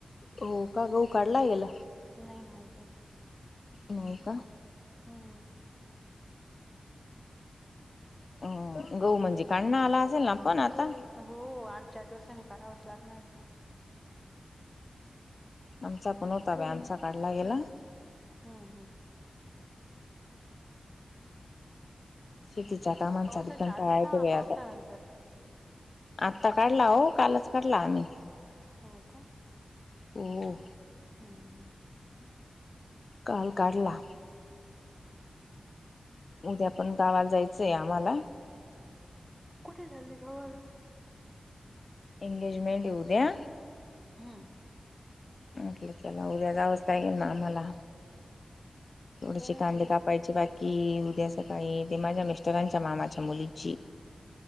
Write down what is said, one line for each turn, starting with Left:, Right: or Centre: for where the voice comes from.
Left: हो का. गऊ काढला येला?
Centre: नई ना आजून.
Left: नाही का
Centre: हम्म्.
Left: अ.. गऊ म्हणजे कांडण आला असेल ना पण आता?
Centre: हो.. ओ.. आठ-चार दिवसांनी काढावाच लागणार ये.
Left: आमचा पण होता बाई, आमचा काढला गेला.
Centre: हम् हम्.
Left: शेतीच्या कामांचा
Centre: पावसाच्या
Left: बी कंटाळा
Centre: आधी
Left: येतंय
Centre: का
Left: बाई
Centre: पावसानंतर
Left: आता. आत्ता काढला ओ, कालच काढला आम्ही.
Centre: हो का?
Left: हो
Centre: ह ह.
Left: काल काढला. उद्या पण गावाला जायचंय आम्हाला.
Centre: कुठे चाल्ले गावाला?
Left: एंगेजमेंट ए उद्या.
Centre: ह्म.
Left: म्हटलं चला उद्या जावंच लागेल ना आम्हाला. थोडेशे
Centre: कोणाची?
Left: कांदे काप पायचे बाकी... उद्या सकाळी.. ते माझ्या मिश्टरां च्या मामाच्या मुलीची